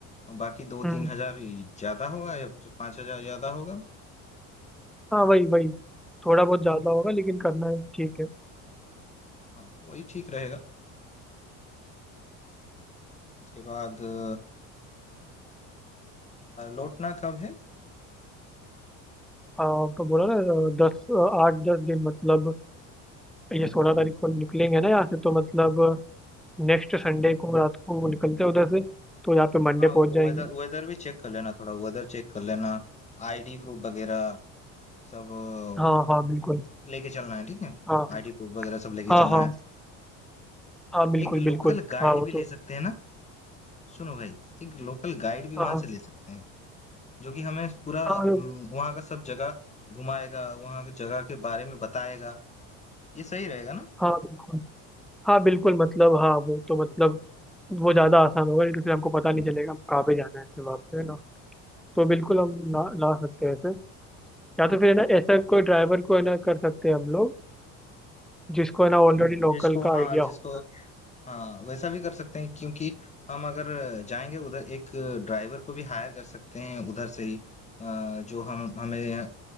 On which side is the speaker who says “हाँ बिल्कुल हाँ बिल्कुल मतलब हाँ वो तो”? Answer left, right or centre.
Centre